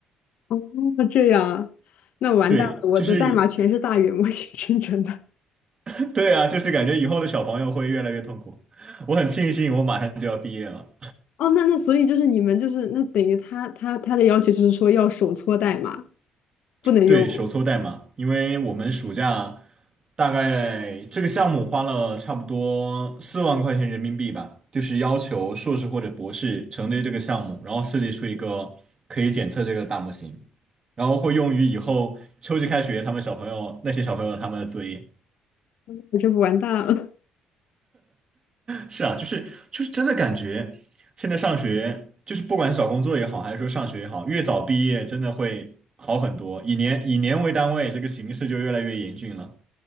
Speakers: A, on the left (about 70°); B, on the right (about 35°).
A: 哦，这样啊，那完蛋了，
B: 对，
A: 我的代码全是大语言模型
B: 就是以
A: <laughs> 生成的。
B: <laughs> 对啊，就是感觉以后的小朋友会越来越痛苦。我很庆幸我马上就要毕业了。
A: 哦，那那所以就是你们就是那等于他他他的要求就是说要手搓代码，不能用，
B: 对，手搓代码，因为我们暑假大概这个项目花了差不多四万块钱人民币吧，就是要求硕士或者博士承接这个项目，然后设计出一个可以检测这个大模型，然后会用于以后秋季开学他们小朋友那些小朋友他们的作业。
A: 我这不完蛋了。
B: 是啊，就是就是真的感觉，现在上学就是不管是找工作也好，还是说上学也好，越早毕业真的会好很多。以年以年为单位，这个形势就越来越严峻了。